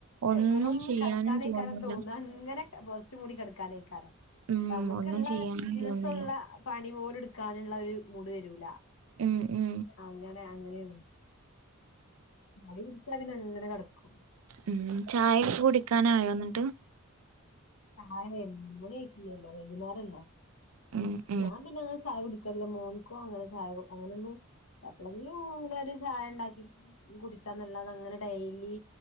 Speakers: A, on the right; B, on the left.
A: ഒന്നും
B: വെറും
A: ചെയ്യാനും
B: കടക്കാനേ
A: തോന്നൂല
B: യ്ക്കാറും തോന്ന ങ്ങനെ പൊതച്ചു മൂടി കകെട് ക്കാനേയ്ക്കാരും ക്കാരം
A: ഉം
B: നമുക്കുള്ളദിവസുള്ള
A: ഒന്നും ചെയ്യാനും തോന്നില്ല
B: പണി പോലും ടുക്കാനുള്ള ഒരു മൂഡ് വരൂല
A: ഉം ഉം
B: അങ്ങനെ അങ്ങനെയല്ല മടി പിടിചാൽങ്ങനെ കടക്കും
A: ഉം ചായൊക്കെ കുടിക്കാന ആയോ എന്നിട്ട്
B: വൈകുന്നേരല്ലോ
A: ഹമ് <unintelligible>
B: ഞാൻ പിന്നെ അങ്ങന ചായ കുടിക്കല്ലോ മോൻകോ അങ്ങനെ ചായ അങ്ങനഒന്നും എപ്പോഴെങ്കിലും ങ്കിലും ഇങ്ങനെ ചായ ഉണ്ടാകി കുടിക്കാ നല്ലാതാ അങ്ങനെ ഡെയിലി